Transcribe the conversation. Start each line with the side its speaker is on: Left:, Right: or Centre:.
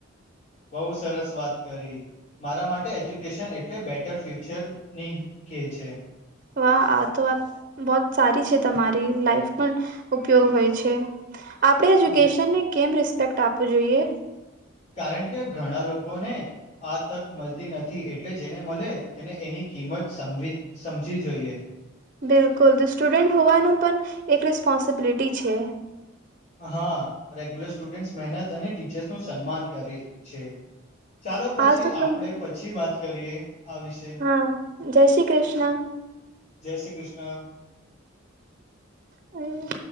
Left: બઉ સરસ વાત કરી મારા માટે એજ્યુકેશન એટલે બેટર ફ્યુચર ની કે છે.
Right: વાહ આ તો વાત બહુંત સારી છે તમારી લાઈફ પણ ઉપયોગ હોય છે આપડે એજ્યુકેશનને
Left: હમ.
Right: કેમ રિસ્પેક્ટ આપવું જોઈએ
Left: કારણ કે ઘણા લોકોને આ તક મળતી નથી એટલે જેને મળે તેને એની કિંમત સમજવી સમજી જોઈએ.
Right: બિલકુલ તો સ્ટુડન્ટ હોવાનું પણ એક રિસ્પોન્સિબિલિટી છે.
Left: હા રેગ્યુલર સ્ટુડન્ટસ મહેનત અને ટીચર્સ નું સન્માન કરે છે. ચાલો પછી
Right: આજ તો
Left: આપણે
Right: તમ
Left: પછી વાત કરીએ આ વિશે
Right: હા જય શ્રી કૃષ્ણ
Left: જય શ્રી કૃષ્ણ
Right: હમ્મ.